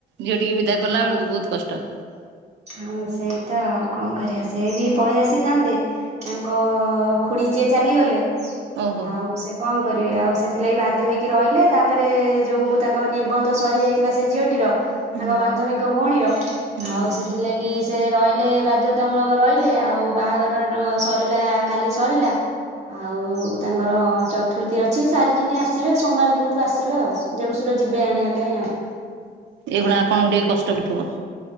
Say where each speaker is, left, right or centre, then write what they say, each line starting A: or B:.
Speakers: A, on the right (about 85°); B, on the right (about 40°).
A: ଝିଅ ଟିକେ ବିଦା
B: ହଁ
A: କଲା ବେଳକୁ ବହୁତ କଷ୍ଟ।
B: ହଁ ସେଇ ତ ଆଉ କଣ କରିବା ସେ ବି ପଳେଇ ଆସିଥାନ୍ତେ ତାଙ୍କ ଖୁଡି ଯିଏ ଚାଲିଗଲେ
A: ଓହୋ
B: ଆଉ ସେ କଣ କରିବେ ଆଉ ସେଥିଲାଗି ବାଧ୍ୟ ହେଇକି ରହିଲେ ତାପରେ ଯୋଗକୁ ତାଙ୍କର ନିର୍ବନ୍ଧ ସରିଯାଇଥିଲା ସେ ଝିଅଟିର ତାଙ୍କ
A: ହୁଁ
B: ବାନ୍ଧବୀଙ୍କ ଭଉଣୀର
A: ହୁଁ
B: ଆଉ ସେ ଠି ସେ ରହିଲେ ବାଧ୍ୟତାମୂଳକ ରହିଲେ ଆଉ ବାହାଘର ସରିଲା କାଲି ସରିଲା ଆଉ ତାଙ୍କର ଚତୁର୍ଥୀ ଅଛି ସାରିକିନି ଆସିବେ ସୋମବାର ଦିନକୁ ଆସିବେ ଆଉ। ଦେଢସୁର ଯିବେ ଆଣିବା ପାଇଁ ଆଉ।
A: ଏଗୁଡା ଆପଣଙ୍କୁ ଟିକେ କଷ୍ଟ ହଉଥିବ?